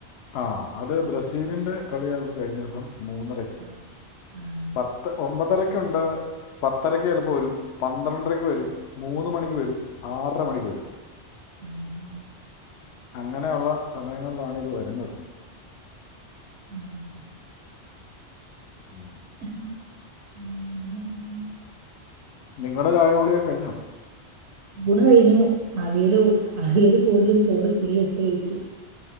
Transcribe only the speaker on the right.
ഉം ആഹ്
ഉം
ഉം ഉം
<unintelligible>
ബുണ് കയിഞ്ഞു അവിയല് അവിയല് കൂടുതലും ചോറ് ഇത്തിരിം എടുത്ത് കഴിച്ചു